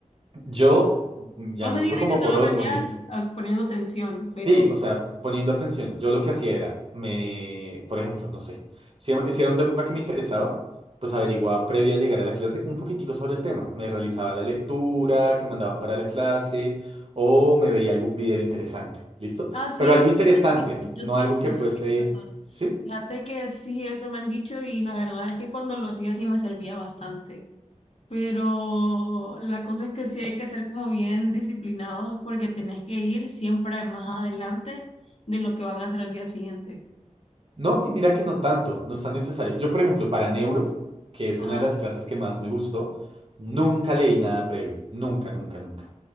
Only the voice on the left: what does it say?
Vos me dices
que solo
aprendías
ah, poniendo tensión,
pero...
Ah, sí,
eso
me
han dicho. yo
sí,
fíjate
que, perdón,
fíjate que sí, eso me han dicho y la verdad es que cuando lo hacía sí me servía bastante. Pero la cosa es que sí hay que ser como bien disciplinados porque tenés que ir siempre más adelante de lo que van a hacer el día siguiente.
Ajá,